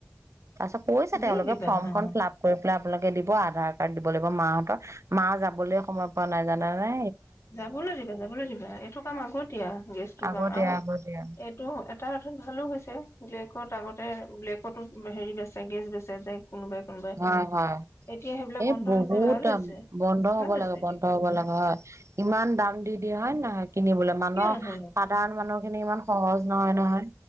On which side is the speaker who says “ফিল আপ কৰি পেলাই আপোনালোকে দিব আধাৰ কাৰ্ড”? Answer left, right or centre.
Right